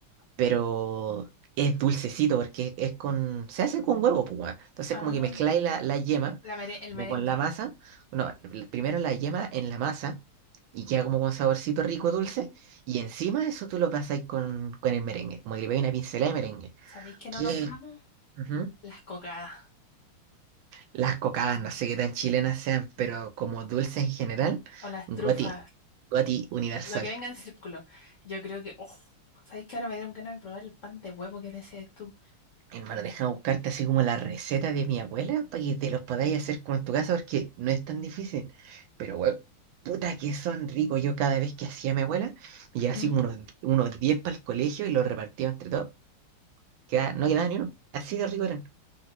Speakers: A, on the right; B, on the left.
A: pero es dulcecito porque es con, se hace con huevo, pues, weón. Entonces
B: Ah,
A: como que mezcláis la, la yema
B: la mere- el
A: como
B: merengue.
A: con la masa, bueno, l- primero la yema en la masa y queda como con saborcito rico dulce
B: Ujú.
A: y encima eso tú lo pasáis con, con el merengue, como que le pegáis una pincelada de merengue.
B: ¿Sabéis que no
A: Que
B: nombramos?
A: ujú.
B: Las cocadas
A: Las cocadas, no sé qué tan chilenas sean, pero como dulce en general,
B: o las
A: goti,
B: trufas.
A: goti universal.
B: Lo que venga en círculo. Yo creo que, oh, ¿sabéis que ahora me dieron ganas de probar el pan de huevo que decías tú?
A: Hermano, déjame buscarte así como la receta de mi abuela para que te los podáis hacer como en tu casa porque no es tan difícil. Pero, weón, puta que son ricos. Yo cada vez que hacía mi abuela, me llevaba así
B: Ujú.
A: como unos, unos 10 para el colegio y los repartía entre todos. Quedaba- no quedaba ni uno. Así de rico eran.